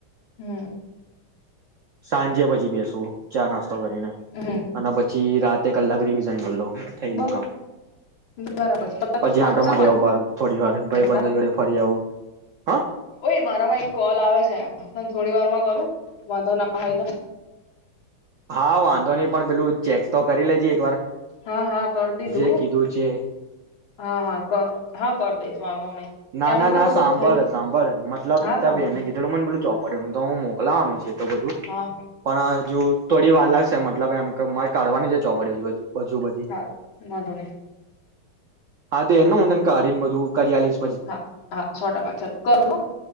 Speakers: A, on the left (about 80°); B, on the right (about 75°).
A: હમ્મ.
B: સાંજે પછી બેસુ, ચા નાસ્ત તો કરીને
A: હમ
B: અને પછી રા તે કલાક રિવિઝન કરી લવ. થઈ
A: બસ
B: ગયું કામ,
A: બરાબર છે
B: પછી
A: તું શું
B: આંટો
A: શાનું
B: મારી
A: વાંચે
B: આવું બાર થોડી વાર, ભાઈ
A: છે
B: બંધ
A: તાર?
B: જોડે ફરી આવું. હા
A: ઓય મારામાં એક કોલ આવે છે, પણ થોડી વાર માં કરું વાંધો ના હોય તો
B: હા, વાંધો નઈ, પણ પેલું ચેક તો કરી લેજે એક વાર
A: હા, હા, કરી દીધું,
B: જે કીધું છે
A: હા, હા, કર હા, કરી દઈશ નહી
B: ના,
A: એનું
B: ના,
A: તો
B: ના,
A: બધું
B: સાંભળ,
A: થઈ
B: સાંભળ મતલબ
A: હા
B: ત્યાં
A: સાંભળ્યું
B: બેને કીધેલું મને પેલું ચોપ ડું તો હું મોકવાનું છે તો બધું,
A: હા
B: પણ હજુ થોડીવાર લાગશે, મતલબ એમ ક, કાઢવાની જ ચોપડી બજુ બધી
A: હા, વાધો ની
B: આ તે એનુ મુુંદન કાડીન બધું કરીયાલીસ
A: હા, હા, સો ટકા ચાલ કરું, હો